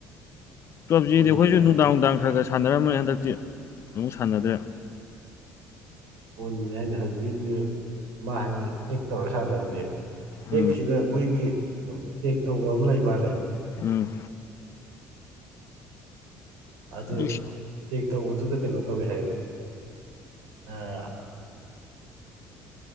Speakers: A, on the left; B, on the right.
A: ꯄꯞ ꯖꯤꯗꯤ
B: ꯐꯣꯟꯒꯤꯗ
A: ꯑꯩꯈꯣꯏꯁꯨ ꯅꯨꯡꯗꯥꯡ ꯅꯨꯡꯗꯥꯡ ꯈꯔ ꯈꯔ ꯁꯥꯟꯅꯔꯝꯃꯅꯤ ꯍꯟꯗꯛꯇꯤ ꯑꯃꯨꯛ ꯁꯥꯟꯅꯗ꯭ꯔꯦ
B: ꯐꯣꯟꯒꯤꯅꯦ ꯍꯥꯏꯁꯦ ꯍꯧꯖꯤꯛꯀꯤꯗꯨꯗꯤ ꯃꯥ ꯍꯥꯏꯁꯦ ꯑꯦꯛ ꯇꯧꯔ ꯁꯥꯟꯅꯁꯦ
A: ꯎꯝ
B: ꯑꯦꯛꯁꯤꯗ ꯃꯣꯏꯒꯤ ꯇꯦꯛ ꯇꯧꯕ ꯑꯃ ꯂꯩ ꯃꯥꯜꯂꯦ
A: ꯎꯝ
B: ꯑꯗꯨ
A: ꯏꯁ
B: ꯆꯦꯛ ꯇꯧꯕꯗꯨꯗ ꯀꯩꯅꯣ ꯇꯧꯋꯤ ꯍꯥꯏꯌꯦꯕ ꯑꯥ